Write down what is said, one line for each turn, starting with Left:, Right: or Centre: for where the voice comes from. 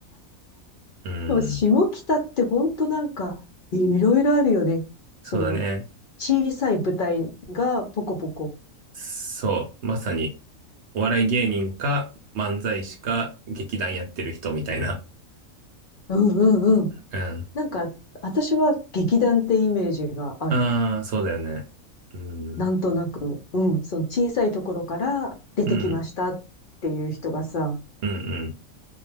Right: うん。
Left: でも下北って本当なんか、いいろいろあるよね。その、
Right: そうだね。
Left: 小さい舞台がポコポコ。
Right: そう。まさに、お笑い芸人か、漫才師か、劇団やってる人みたいな。
Left: うんうんうん。
Right: うん。
Left: なんか、私は劇団ってイメージがある。
Right: ああ、そうだよね。うん。
Left: なんとなく、うん、その小さいところから出てきましたっていう人がさ、
Right: うん。うんうん